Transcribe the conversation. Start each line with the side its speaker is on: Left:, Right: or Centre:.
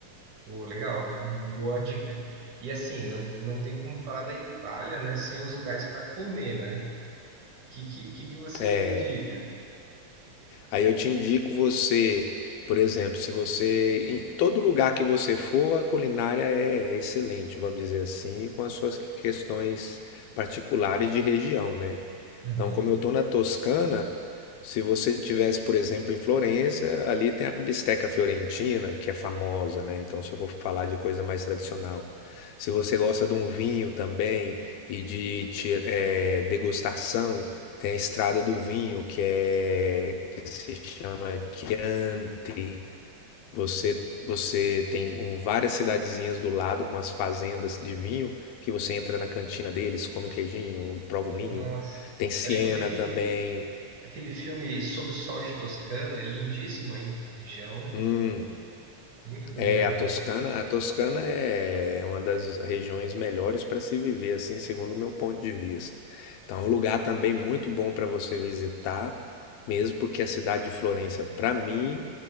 Right: Pô, legal, boa dica. E assim, não, não tem como falar da Itália, né, sem os lugares para comer, né? O Que, que que que você
Left: É,
Right: me indica?
Left: Aí eu te indico você, por exemplo, se você, em todo lugar que você for, a culinária é excelente, vamos dizer assim, com as suas questões particulares de região, né?
Right: Uhum.
Left: Então, como eu estou na Toscana, se você tivesse, por exemplo, em Florença, ali tem a bisteca fiorentina, que é famosa, né? Então, se eu for falar de coisa mais tradicional. Se você gosta de um vinho também e de ti- eh, degustação, tem a Estrada do Vinho, que é que se chama Chianti. Você você tem um, várias cidadezinhas do lado com as fazendas de vinho, que você entra na cantina deles, come o queijinho, prova o vinho.
Right: Nossa,
Left: Tem Siena
Right: acho que eu vi aquele,
Left: também.
Right: aquele filme Sob o Sol de Toscana, é lindíssimo, hein? Região
Left: Hum,
Right: muito bonita
Left: é a
Right: mesmo.
Left: Toscana. A Toscana é uma das regiões melhores para se viver, assim, segundo o meu ponto de vista. Então, é um lugar também muito bom para você visitar, mesmo porque a cidade de Florença, para mim,